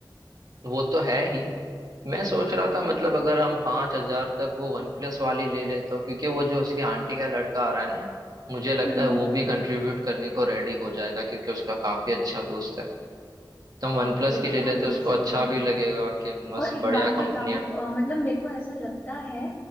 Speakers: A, on the right (about 55°); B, on the left (about 35°).
A: वो तो है ही मैं सोच रहा था
B: हम्म
A: मतलब अगर हम पांच हजार तक वो वन प्लस वाली ले ले तो क्योंकि वो जो उसकी आंटी का लड़का आ रहा है ना मुझे लगता
B: हम्म, हम्म,
A: है वो भी कंट्रीब्यूट करने को रेडी हो जाएगा क्योंकि उसका काफी अच्छा दोस्त है तो हम
B: हाँ
A: वन प्लस
B: फिर
A: की ले
B: तो
A: लेते
B: हम ले
A: उसको
B: सकते
A: अच्छा
B: हैं
A: भी लगेगा कि बस
B: और एक
A: बढ़िया
B: बात बताओ
A: कंपनियां
B: अ, मतलब मेरे को ऐसा लगता है